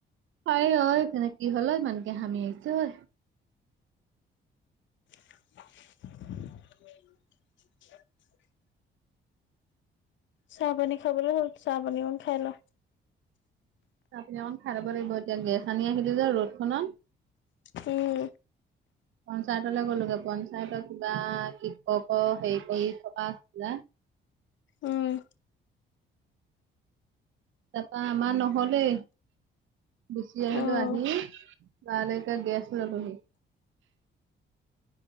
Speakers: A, on the right (about 75°); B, on the left (about 70°).
A: হাই ঐ কি হল ঐ ইমানকে হামি আহিছে ঐ।
B: <inaudible> চাহ পানী খাবলৈ হ'ল চাহ পানী অকণ খাই ল'।
A: চাহ পানী অকণ খাই লব লাগিব, এতিয়া গেছ আনি আহিলো যে ৰ'দখনত।
B: উম।
A: পঞ্চায়তলৈ গ'লগে পঞ্চায়তৰ কিবা শিক্ষকৰ হেৰি কৰি থকা যে
B: উম
A: তাৰপৰা আমাৰ নহলেই। গুচি আহিলো
B: অ'
A: আহি লৰালৰিকৈ গেছ ললোহি।